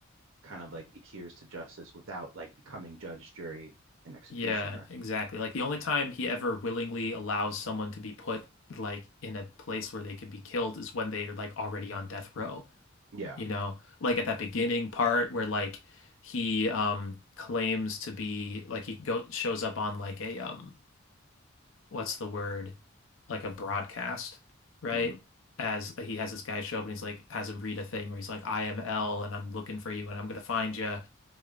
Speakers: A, on the right; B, on the left.
A: kind of like adheres to justice without like becoming judge, jury, and executioner.
B: Yeah, exactly. Like the only time he ever willingly allows someone to be put like in a place where they could be killed is when they're like already on death row.
A: Yeah.
B: you know, like at that beginning part where like he um claims to be like he go shows up on like a um what's the word? Like a broadcast, right?
A: Mhm.
B: As he has this guy show up and he's like has him read a thing where he's like, I am L and I'm looking for you and I'm gonna find you.